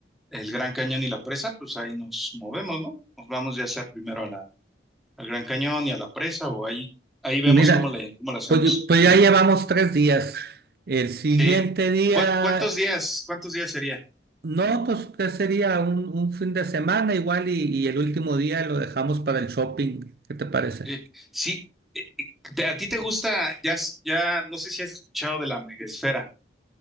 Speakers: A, in the centre; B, on the right.
A: el Gran Cañón y la presa, pues ahí nos movemos, ¿no? Nos vamos ya sea primero a la, al Gran Cañón y a la presa o ahí, ahí vemos
B: Mira,
A: cómo le, cómo lo hacemos.
B: pues, pues ya llevamos tres días. El siguiente
A: Sí.
B: día,
A: ¿Cuán- ¿Cuántos días, cuántos días sería?
B: no, pues ¿qué sería? Un, un fin de semana igual y, y el último día lo dejamos para el shopping. ¿Qué te parece?
A: Eh, sí. eh, eh, ¿te- ¿A ti te gusta, ya, s- ya, no sé si has escuchado de la megaesfera?